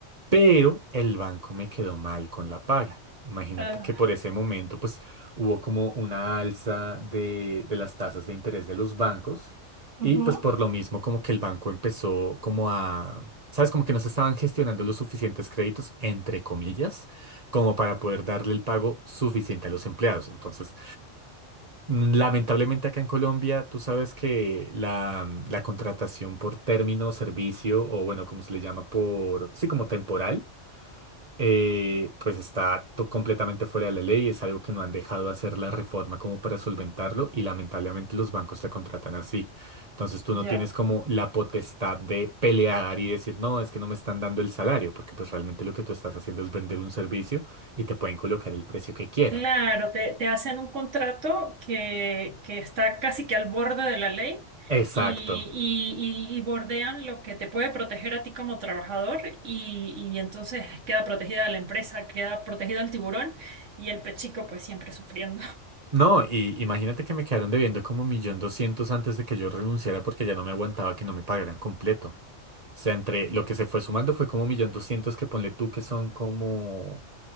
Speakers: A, on the right (about 35°); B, on the right (about 80°).
A: Pero el banco me quedó mal con la paga. Imagínate
B: Ah,
A: que por ese momento pues hubo como una alza de, de las tasas de interés de los bancos
B: ujú.
A: y pues por lo mismo como que el banco empezó como a, ¿sabes? Como que no se estaban gestionando los suficientes créditos, entre comillas, como para poder darle el pago suficiente a los empleados. Entonces, mm, lamentablemente acá en Colombia tú sabes que la, la contratación por término, servicio o bueno, como se le llama por, sí, como temporal eh, pues está to- completamente fuera de la ley, es algo que no han dejado hacer la reforma como para solventarlo y lamentablemente los bancos te contratan así. Entonces tú no
B: Ya.
A: tienes como la potestad de pelear y decir, no, es que no me están dando el salario, porque pues realmente lo que tú estás haciendo es vender un servicio y te pueden colocar el precio que quieran.
B: Claro, te, te hacen un contrato que, que está casi que al borde de la ley
A: Exacto.
B: y, y- y- y bordean lo que te puede proteger a ti como trabajador y, y entonces queda protegida la empresa, queda protegido el tiburón y el pechico pues siempre sufriendo.
A: No, y imagínate que me quedaron debiendo como un millón doscientos antes de que yo renunciara porque ya no me aguantaba que no me pagaran completo. O sea, entre
B: <laughs>
A: lo que se fue sumando fue como un millón doscientos que ponle tú que son como,